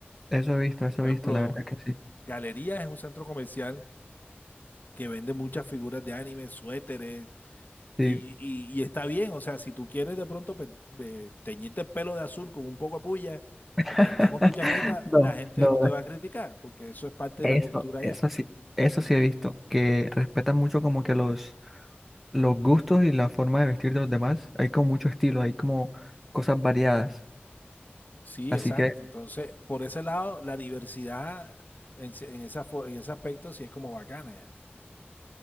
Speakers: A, in the centre; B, on the left (about 45°).
A: eso he visto, eso
B: Por
A: he
B: ejemplo,
A: visto, la verdad que sí,
B: Galerías es un centro comercial que vende muchas figuras de anime, suéteres,
A: sí.
B: y, y- y está bien, o sea, si tú quieres de pronto pe- pe- teñirte el pelo de azul con un poco de puya
A: <laughs>
B: y andar con tu chaqueta,
A: No,
B: la gente
A: no,
B: no te va a criticar, porque eso es parte
A: Eso,
B: de la cultura
A: eso
B: allá.
A: sí, eso sí he visto, que respetan mucho como que los, los gustos y la forma de vestir de los demás. Hay como mucho estilo, hay como cosas variadas.
B: Sí,
A: Así
B: exacto.
A: que,
B: Entonces, por ese lado, la diversidad en, ese- en, esa, fo- en ese aspecto sí es como bacana ya.